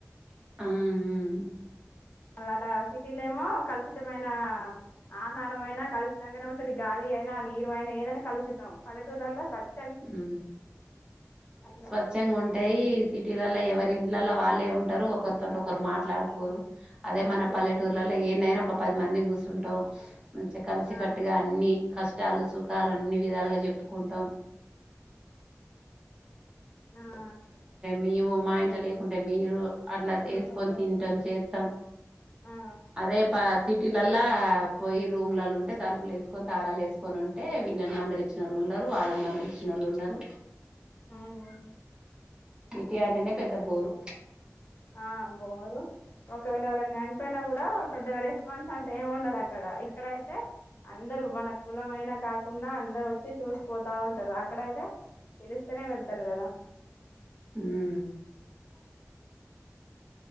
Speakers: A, on the right (about 15°); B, on the left (about 40°).
A: ఆఆ
B: అలాగ సిటీలేమో కలుషితమైన, ఆహారం అయినా కలుషితంగనే ఉంటంది గాలి అయినా నీరు అయినా, ఏదైనా కలుషితం పల్లెటూరు లల్లా స్వచ్
A: ఉమ్
B: అట్లా
A: స్వచ్ఛంగా ఉంటయి, సిటీలల్లా ఎవరింట్లలల్లా వాళ్ళు లే ఉంటరు, ఒకరితోటి ఒకరు మాట్లాడుకోరు, అదే
B: మాట్లా
A: మన పల్లెటూర్లల్ల ఇట్ల ఏన్నైనా ఒక పది మందిమి కూసుంటం, మంచిగా కలిసి
B: ఆ
A: కట్టుగా అన్ని కష్టాలు సుఖాలు అన్ని విధాలుగా చెప్పుకుంటాం.
B: ఆ
A: మీము మా ఇంట్ల లేకుంటే మీరు అట్ల
B: ఒకటి
A: తేసుకొని
B: కొత్తరు
A: తింటం చేత్తం
B: ఆ
A: అదే ప సిటీలల్ల పోయి రూమ్లలో ఉంటే తలుపులు ఏసుకొని, తాళాలు ఏసుకొని ఉంటే, వీళ్ళని మందలిచ్చిన వాళ్ళు ఉం ఉండరు వాళ్ళని మందలిచ్చినోళ్ళు ఉండరు
B: ఉమ్
A: సిటీ అంటేనే పెద్ద బోరు
B: ఆ బోరు ఒకవేళ ఎవరన్న చడిపోయిన గుడ పెద్దగా రెస్పాన్స్ అంత ఏం ఉండదు అక్కడ, ఇక్కడ అయితే అందరు మన కులమయినా కాకున్నఅందరు వచ్చి చూసిపోతా ఉంటరు, అక్కడయితే తెలుస్తేనే వెళ్తరు కదా.
A: ఉమ్